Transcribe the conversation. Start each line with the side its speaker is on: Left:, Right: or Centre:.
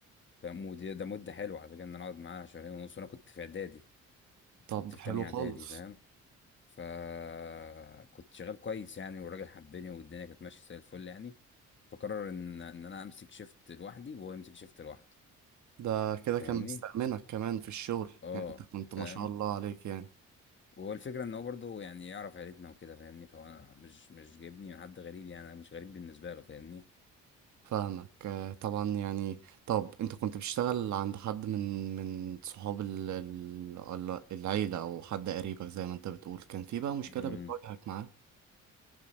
Left: ده مود ده مدة حلوة على فكرة إن أنا أقعد معاها شهرين ونص وأنا كنت في إعدادي
Right: طب
Left: كنت في
Right: حلو
Left: تانية
Right: خالص
Left: إعدادي فاهم فكنت شغال كويس يعني والراجل حبني والدنيا كانت ماشية زي الفل يعني فقرر إن إن أنا أمسك شيفت لوحدي وهو يمسك شيفت لوحده
Right: ده كده
Left: فاهمني؟
Right: كان مستأمنك كمان في الشغل
Left: أه
Right: يعني انت كنت
Left: فاهم
Right: ما شاء الله عليك يعني
Left: هو الفكرة إن هو برضه يعني يعرف عيلتنا وكده فاهمني فهو أنا مش مش جايبني من حد غريب يعني أنا مش غريب بالنسبة له فاهمني؟
Right: فاهمك آه، طبعا يعني طب انت كنت بتشتغل عند حد من من صحاب ال- ال- ال- العيلة او حد قريبك زي ما انت بتقول كان في بقى مشكلة
Left: امم
Right: بتواجهك معاه